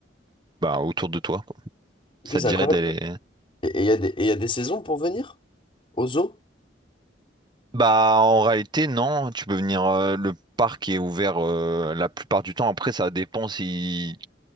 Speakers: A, on the right; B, on the left.
A: bah, autour de toi, quoi. Ça
B: Ok, c'est
A: te dirait
B: incroyable.
A: d'aller...
B: Et il y a des, et y a des saisons pour venir au zoo?
A: Bah, en réalité, non. Tu peux venir. euh, le parc est ouvert euh, la plupart du temps. Après, ça dépend si.